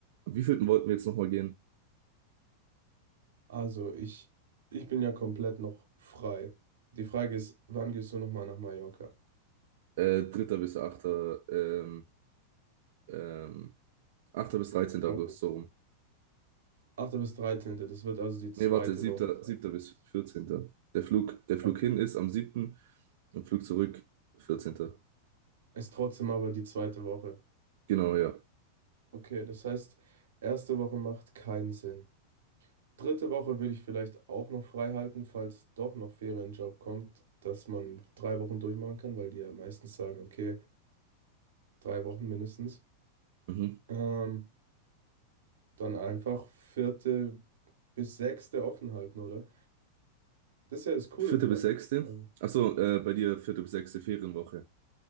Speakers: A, on the right; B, on the right.
A: Wie vielten wollten wir jetzt nochmal gehen?
B: Also ich, ich bin ja komplett noch frei. Die Frage ist, wann gehst du nochmal nach Mallorca?
A: Äh, 3. bis 8. Ähm, ähm, 8. bis dreizehnten
B: August.
A: August, so rum.
B: 8. bis 13. Das wird also die zweite
A: Nee, warte, siebter,
B: Woche sein.
A: siebter bis 14. Der Flug, der Flug
B: Okay.
A: hin ist am siebten, und Flug zurück 14.
B: Ist trotzdem aber die zweite Woche.
A: Genau, ja.
B: Okay, das heißt, erste Woche macht keinen Sinn. Dritte Woche würde ich vielleicht auch noch frei halten, falls doch noch Ferienjob kommt, dass man drei Wochen durchmachen kann, weil die ja meistens sagen, okay, drei Wochen mindestens.
A: Mhm.
B: Ähm, dann einfach vierte bis sechste offen halten, oder? Das ist ja das Coole
A: 4.
B: dran.
A: bis sechste.
B: Also,
A: Achso, äh, bei dir vierte bis sechste Ferienwoche.